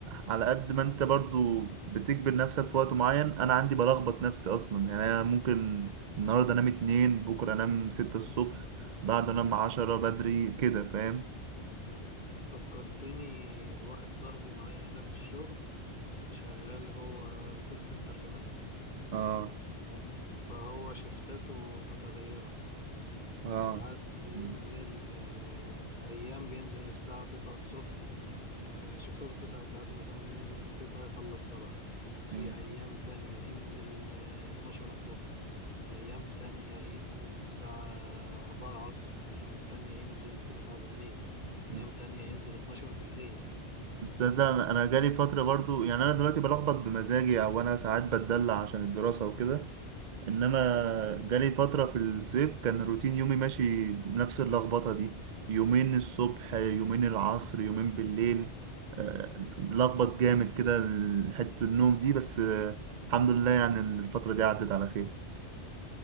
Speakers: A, on the right; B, on the left.
A: على قد ما انت برضو بتجبر نفسك في وقت معين انا عندي بلخبط نفسي اصلا يعني انا ممكن النهارده انام اتنين بكره انام ستة الصبح بعده انام عشرة بدري كده فاهم
B: فكرتني بواحد صاحبي معايا هنا في الشغل شغال هو كول سنتر في بنك
A: اه
B: ف- فهو شفتاته متغيرة
A: اه
B: ساعات بينزل
A: مم.
B: آه، أيام بينزل من الساعة تسعة الصبح آه، شفتاته تسع ساعات مثلا بينزل من تسعة يخلص سبعة في
A: مم.
B: أيام تانية ينزل آه، اتناشر الظهر أيام تانية ينزل الساعة أربعة العصر أيام تانية ينزل تسعة بالليل أيام
A: مم.
B: تانية ينزل اتناشر بالليل
A: تصدق انا أنا جالي فتره برضو يعني انا دلوقتي بلخبط بمزاجي او انا ساعات بتدلع عشان الدراسه وكده انما جالي فتره في الصيف كان روتين يومي ماشي نفس اللخبطه دي يومين الصبح يومين العصر يومين بالليل آه، لخبط جامد كده حته النوم دي بس آه، الحمد لله يعني إن الفتره دي عدت على خير